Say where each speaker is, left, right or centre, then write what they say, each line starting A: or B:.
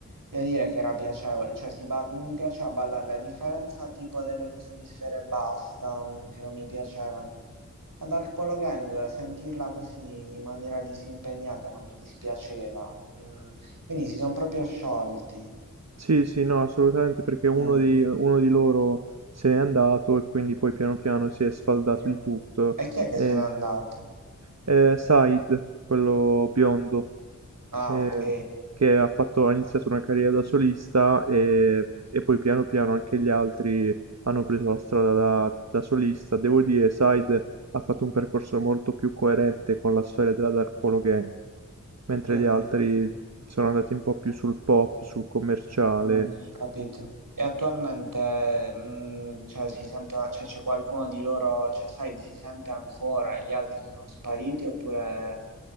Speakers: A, on the right; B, on the right.
A: devo dire che era piacevole, cioè si ba- mi piaceva ballarle, a differenza tipo delle cose di Sfera e Basta, mm, che non mi piacevano. La Dark Polo Gang, sentirla così in maniera disimpegnata non mi dispiaceva. Mm, quindi si sono proprio sciolti.
B: Sì, sì, no, assolutamente, perché uno
A: Mm,
B: di, uno di loro se n'è andato e quindi poi piano piano si è sfaldato
A: mm.
B: il tutto.
A: E chi è che
B: E,
A: se n'è andato?
B: e Said, quello biondo,
A: Ah,
B: eh,
A: ok.
B: che ha fatto, ha iniziato una carriera da solista e, e poi piano piano anche gli altri hanno preso la strada da, da solista. Devo dire, Said ha fatto un percorso molto più coerente con la storia della Dark Polo Gang, mentre
A: Mm, mm,
B: gli altri sono andati un po' più sul pop, sul commerciale.
A: mm, capito. E attualmente, mm, cioè, si sente, cioè, c'è qualcuno di loro, cioè, sai, si sente ancora e gli altri sono spariti oppure,